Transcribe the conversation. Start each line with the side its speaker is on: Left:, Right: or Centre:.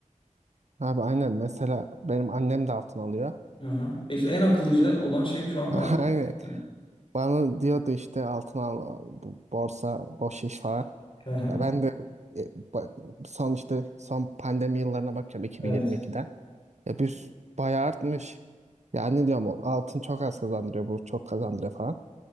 Right: Abi aynen mesela benim annem de altın alıyor.
Left: Aha. İşte en akıllıca olan şey şu an
Right: <laughs>
Left: altın.
Right: Aynen.
Left: Yani.
Right: Bana diyordu işte altın al bu borsa boş iş falan.
Left: Aha.
Right: Ya ben de e, ba- son işte son pandemi yıllarına bakıyorum 2022'den.
Left: Evet.
Right: Ya bir s- bayağı artmış. Ya anne diyorum o altın çok az kazandırıyor bu çok kazandırıyor falan.